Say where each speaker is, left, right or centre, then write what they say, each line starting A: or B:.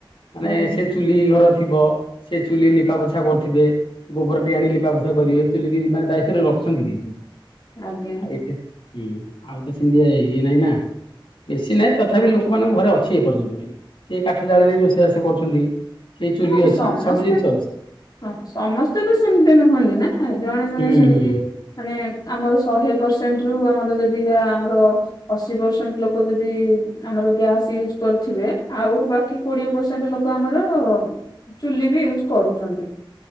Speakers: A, on the left; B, on the left.
A: ମାନେ
B: ଆଜ୍ଞା
A: ସେ ଚୁଲି ଘର ଥିବ ସେ ଚୁଲି ଲିପା ପୋଛା କରୁଥିବେ। ଗୋବର ଟିକେ ଆଣିକି ଲିପା ପୋଛା କରିବେ ମାନେ ଚୁଲିକି ମାନେ ଦାୟିତ୍ୱ ରେ ରଖଛନ୍ତି ବି।
B: ଆଜ୍ଞା।
A: ଆଉ ହୁଁ ଆଉ ତ ସେମିତି ଇଏ ନାଇଁ ନା ବେଶୀ ନାହିଁ ତଥାପି ଲୋକମାନଙ୍କ ଘରେ ଅଛି। ସିଏ ପର୍ଯ୍ୟନ୍ତ ବି ସିଏ କାଠ ଜାଳେଣି ରୋଷେଇବାଷ କରୁଛନ୍ତି। ସେଇ ଚୁଲି
B: ହଁ
A: ଅଛି
B: ସମସ୍ତେ
A: ସବୁ ଜିନିଷ।
B: ହଁ ସମସ୍ତେ ତ ସେମିତି ନୁହନ୍ତି ନା ଜଣେ ଜଣେ
A: ହୁଁ
B: ସେମତି।
A: ହୁଁ ହୁଁ
B: ମାନେ ଆମର ଶହେ ପରସେଣ୍ଟ ରୁ ଆମର ଯଦି ଆମର ଅଶୀ ପରସେଣ୍ଟ ଲୋକ ଯଦି ଆମର ଗ୍ୟାସ୍ ୟୁଜ୍ କରିଥିବେ ଆଉ ବାକି କୋଡିଏ ପରସେଣ୍ଟ ଲୋକ ଆମର ଚୁଲି ବି ୟୁଜ୍ କରୁଛନ୍ତି।